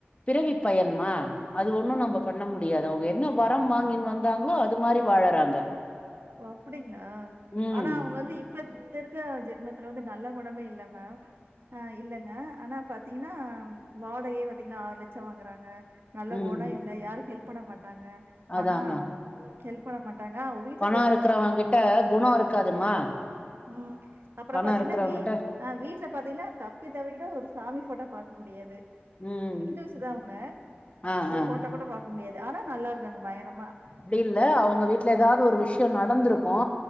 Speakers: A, on the left; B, on the right.
A: பிறவி பயன்மா அது ஒன்னு நம்போ பண்ண முடியாது அவுங்க என்ன வரம் வாங்கின்னு வந்தாங்களோ அது மா மாரி வாழறாங்க
B: ஓ அப்டிங்களா
A: ம்
B: ஆனா அவுங்க வந்து இப் இப்ப இந்த இருக்க ஜென்மத்துல வந்து நல்ல குணமே இல்ல மேம் ஆ இல்லங்க ஆனா பாத்தீங்கன்னா வாடகையே பாத்தீங்கன்னா ஆறு லட்சோ வாங்குறாங்க நல்ல
A: ம்
B: குணோ இல்ல யாருக்கு ஹெல்ப் பண்ண மாட்டாங்க
A: அதா
B: ஆனா
A: அதா
B: ம் ஹெல்ப் பண்ண மாட்டாங்க அவுங் வீட்
A: பணோ இருக்குறவே கிட்ட குணோ இருக்காதுமா
B: ம் அப்புறோ
A: பணோ
B: பாத்தீங்கன்னா
A: இருக்கிறவங்கிட்ட
B: வீ ஆ வீட்ல பாத்தீங்கன்னா தப்பி தவறி கூட ஒரு சாமி ஃபோட்டோ பாக்க முடியாது
A: ம்
B: இந்துஸ் தா அவுங்க
A: ஆ
B: ஒரு
A: ஆ
B: ஃபோட்டோ கூட பாக் க முடியாது ஆனா நல்லா இருக்காங்க பயங்கர
A: அப்டி இல்ல அவுங்க வீட்டுல ஏதாவது ஒரு விஷயோ நடந்துருக்கோ